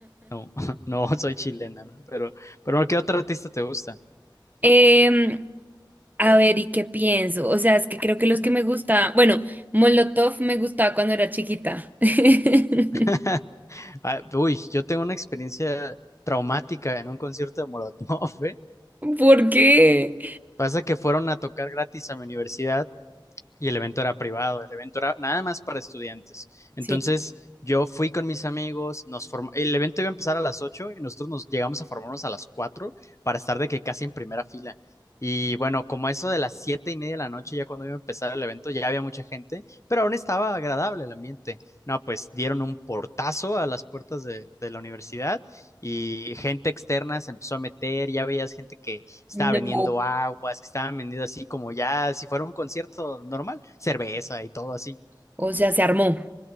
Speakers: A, on the left; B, on the right.
A: No, <laughs> no, soy chilena, ¿no? Pero, pero ¿qué otro artista te gusta?
B: Em, a ver, ¿y qué pienso? O sea, es que creo que los que me gusta, bueno, Molotov me gustaba cuando era chiquita. <laughs>
A: <laughs> Ah, uy, yo tengo una experiencia traumática en un concierto de Molotov, <laughs> ¿eh?
B: ¿Por qué?
A: Pasa que fueron a tocar gratis a mi universidad y el evento era privado, el evento era nada más para estudiantes. Entonces
B: Sí.
A: yo fui con mis amigos, nos form... el evento iba a empezar a las 8 y nosotros nos llegamos a formarnos a las 4 para estar de que casi en primera fila. Y bueno, como a eso de las siete y media de la noche, ya cuando iba a empezar el evento, ya había mucha gente, pero aún estaba agradable el ambiente. No, pues dieron un portazo a las puertas de, de la universidad y gente externa se empezó a meter, ya veías gente que estaba
B: No,
A: vendiendo aguas, que estaban vendiendo así como ya si fuera un concierto normal, cerveza y todo así.
B: o sea, se armó.